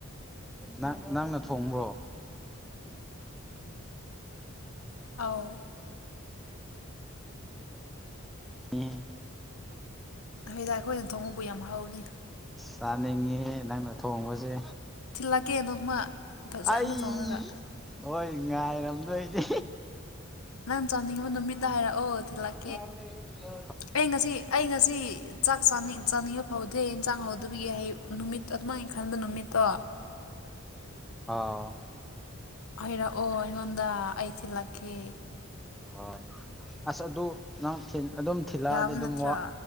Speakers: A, in the centre; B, on the left (about 80°).
A: ꯅꯪ ꯅꯪꯅ ꯊꯣꯡꯕ꯭ꯔꯣ
B: ꯑꯥꯎ
A: ꯎꯝ
B: ꯍꯗ ꯑꯩꯈꯣꯏꯅ ꯊꯣꯡꯉꯕꯨ ꯌꯥꯝ ꯍꯧꯅꯤ
A: ꯆꯥꯅꯤꯡꯉꯤ ꯅꯪꯅ ꯊꯣꯡꯕꯁꯦ
B: ꯂꯥꯛꯀꯦ ꯅꯣꯡꯃ ꯐꯖꯅ
A: ꯑꯩ
B: ꯊꯣꯡꯔꯒ
A: ꯍꯣꯏ ꯉꯥꯏꯔꯝꯗꯣꯏꯅꯦ
B: ꯅꯪ ꯆꯥꯅꯤꯡꯉꯤꯕ ꯅꯨꯃꯤꯠꯇ ꯍꯥꯏꯔꯛ ꯑꯣ ꯊꯤꯜꯂꯛ
A: <unintelligible>
B: ꯑꯩ ꯉꯁꯤ ꯑꯩ ꯉꯁꯤ ꯆꯥꯛꯅꯤꯡ ꯆꯥꯅꯤꯡꯕ ꯐꯥꯎꯗꯦ ꯌꯦꯟꯁꯥꯡ ꯍꯥꯎꯗꯕꯒꯤ ꯍ ꯅꯨꯃꯤꯠꯇ ꯑꯗꯨꯃꯥꯏꯅ ꯈꯟꯕ ꯅꯨꯃꯤꯠꯇꯣ
A: ꯑ
B: ꯍꯥꯏꯔꯛꯑꯣ ꯑꯩꯉꯣꯟꯗ ꯑꯩ ꯊꯤꯜꯂꯛꯀꯦ
A: ꯍꯣꯏ ꯑꯁ ꯑꯗꯨ ꯅꯪ ꯑꯗꯨꯝ ꯊꯤꯜꯂꯛꯑꯗꯤ
B: ꯌꯥꯕ
A: ꯑꯗꯨꯝ
B: ꯅꯠꯇ꯭ꯔꯣ